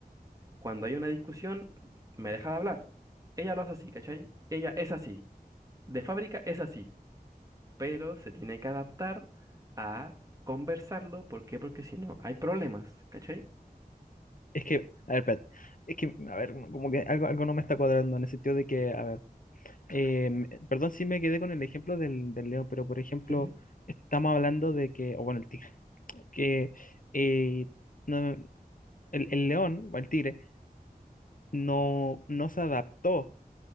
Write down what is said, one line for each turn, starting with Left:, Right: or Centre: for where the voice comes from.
Right: cuando hay una discusión, me deja de hablar. Ella lo hace así, ¿cachai? Ella es así. De fábrica es así. Pero se tiene que adaptar a conversarlo. ¿Por qué? Porque si no, hay problemas, ¿cachai?
Left: Es que, a ver, espérate, es que, a ver, como que algo, algo no me está cuadrando en el sentido de que, a ver, Em, perdón si me quedé con el ejemplo del, del león, pero por ejemplo,
Right: Sí, sí,
Left: estamos hablando de que, o bueno, el tigre, <laughs> que eh, no- el, el león o el tigre no, no se adaptó,